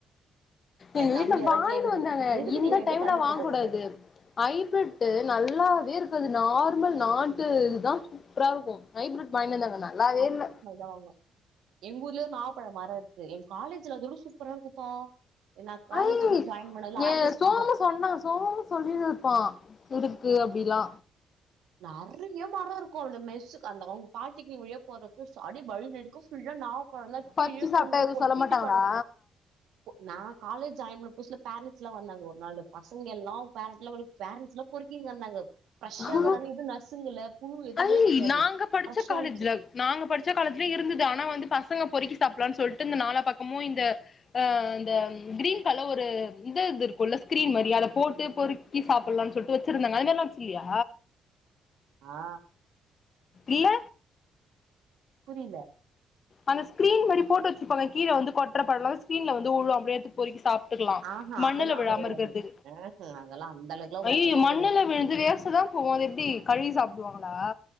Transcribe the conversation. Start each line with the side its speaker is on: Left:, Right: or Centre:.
Left: எங்க
Right: தம்பி
Left: வீட்டுல
Right: அதா
Left: வாய்னு
Right: கேக்குது
Left: வந்தாங்க
Right: எதுக்குடி
Left: இந்த
Right: என்கிட்ட
Left: டைம்ல
Right: சண்ட
Left: வாங்
Right: போட்டுட்டு
Left: கூடாது
Right: வந்த
Left: ஐப்ரட்டு நல்லாவே இருக்காது நார்மல் நாட்டு இதுதா சூப்பரா இருக்கு ஐப்ரட் வாயினு வந்தாங்க நல்லாவே இல்ல
Right: தாங்க எங்கஊர்லயே நாவப்பழ மரோ இருக்கு என் காலேஜ்ல அதோட சூப்பரா இருக்குப்பா ன்னா காலேஜ்
Left: ஐ
Right: வந்து ஜாயின் பண்ணதுல
Left: ஏ
Right: ஆகஸ்ட்டு
Left: சோமு
Right: தா
Left: சொன்னா சோ சொல்லி இருப்பா இடுக்கு அப்டில்லா
Right: நெறைய்ய மரோ இருக்குன அவ மெஸ்ஸுக்கு அந்த அவங்க பால்டெக்னிக்கு வழியா போறது அடி வழி நெடிக்கும் புல்லா நாவ்ப் பழோந்தா கீழயே
Left: பறிச்சு சாப்ட்டா
Right: தொங்கு
Left: எதுவு
Right: கொட்டிட்டு
Left: சொல்ல மாட்டாங்களா
Right: கெடக்கும் நா காலேஜ் ஜாயின் பண்ண புத்சுல ஃபேரண்ட்ஸ்ஸெல்லா வந்தாங்க ஒரு நாளு பசங்க எல்லா பேரண்ட்ஸ் எல்லா வெளியேப் பேரண்ட்ஸ் எல்லா பொருக்கினு வந்தாங்க
Left: ஆ
Right: ச்சாகிது ஆனா எது நசுங்கல புழு எதுவுமே
Left: ஐ
Right: கிடையாது
Left: நாங்க படிச்ச
Right: ப்ரெஷ்ஷாருச்சி
Left: காலேஜ்ல நாங்க படிச்ச காலத்துலயு இருந்தது ஆனா வந்து பசங்க பொறுக்கி சாப்படலான்னு சொல்ட்டு இந்த நாலா பக்கமும் இந்த அஹ் இந்த கிரீன் கலர் ஒரு இந்த இது இருக்குல்ல ஸ்கிரீன் மாரி அத போட்டு பொருக் டீ சாப்பல்லான்னு சொல்ட்டு வெச்சிருந்தாங்க அதுதல்லா வச்சு இல்லியா
Right: ஆ
Left: இல்ல
Right: புரில
Left: அந்த ஸ்க்ரீன் மாரி போட்டு வச்சிருப்பாங்க கீழ வந்து கொட்றப்ல்லா ஸ்கிரீன்ல வந்துவுழு அப்டியே எத்து பொருக்கி சாப் ட்ருலாம்
Right: ஆஹா
Left: மண்ணுல
Right: அதெல்லாம்
Left: விழாம
Right: கெடையாது.
Left: இருக்கிறது
Right: ம்ஹ்ம். அதெல்லாம் அந்த அளவுக்குலாம் ஒண்ணுமே
Left: ஐய்யய்யோ மண்ணுல
Right: கெடையாது.
Left: விழுந்து வேஸ்ட் டுலா போவாது அது எப்டி கழுவி சாப்டுவாங்களா